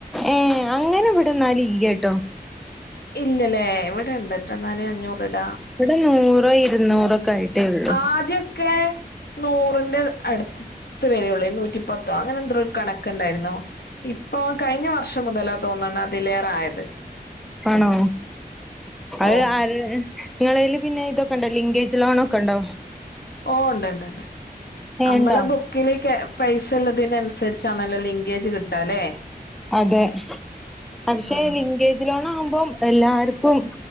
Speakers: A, in the centre; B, on the left.
A: ഏ അങ്ങനെ വിടന്നാലില്ലട്ടോ
B: ഇല്ലല്ലേ ഇവടെ ഇണ്ട്ട്ടോന്നാല് അഞ്ഞൂറ്ടാ
A: ഇവടെ നൂറോ ഇരുന്നൂറോ ഒക്കെ ആയിട്ടേ ഉള്ളൂ
B: ആദ്യൊക്കെ നൂറിന്റെ അടുത്ത് അട്ത്ത് വരെയുള്ളേനി നൂറ്റി പത്തോ അങ്ങനെ എന്ത്രോരു കണക്കുണ്ടായിരുന്നോ ഇപ്പൊ കഴിഞ്ഞ വർഷം മുതലാ തോന്ന്ണ് അതിലേറായത്
A: ആണോ അത്
B: ഓ
A: ആര് ഇങ്ങളേല് പിന്നെ ഇതൊക്കെണ്ടോ ലിങ്കേജ് ലോണൊക്കണ്ടോ?
B: ഓ ഉണ്ട്ണ്ട് ഉണ്ട്
A: ഏ
B: അമ്മളെ
A: ഉണ്ടോ
B: ബുക്കില് ക്കേ പൈസള്ളതിനനുസരിച്ചാണല്ലോ ലിൻങ്കേജ് കിട്ടാലേ
A: അതെ പക്ഷേ
B: ആഹ്
A: ലിങ്കേജ് ലിങ്കേജ് ലോണാവുമ്പം എല്ലാവർക്കും